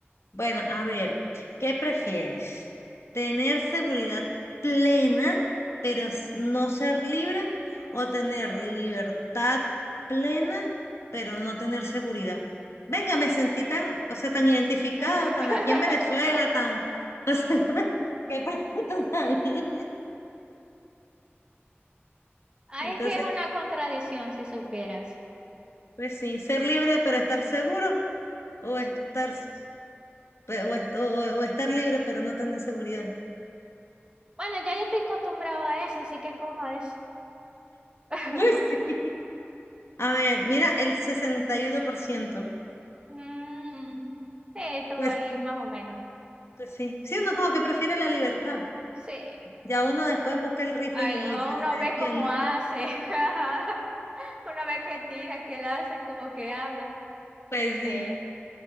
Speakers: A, on the left; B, on the right.
A: Bueno, a ver, ¿qué prefieres? ¿Tener seguridad plena, pero s- no ser libre? ¿O tener libertad plena, pero no tener seguridad? Venga, me sentí tan, o sea, tan identificada,
B: <laughs>
A: tan aquí en Venezuela, tan, <laughs> o sea, qué pregunta tan. <laughs>
B: Ay,
A: Entonces,
B: es que es una contradicción, si supieras.
A: pues sí, ser libre pero estar seguro o estar, s- pe- o, est- o- o estar libre pero no tener seguridad.
B: Bueno, ya yo estoy acostumbrado a eso, así que escojo eso. <laughs>
A: Pues <laughs> sí. A ver, mira, el sesenta y uno por ciento,
B: Mm, sí, estuvo
A: Pues,
B: ahí más o menos.
A: pues sí. Sí, uno como que prefiere la libertad.
B: Sí.
A: Ya uno después busca el rifle
B: Ay,
A: y se,
B: uno
A: se
B: ve
A: defiende.
B: cómo hace. <laughs> Uno ve que tira, que lanza, como que habla.
A: Pues
B: Sí.
A: sí.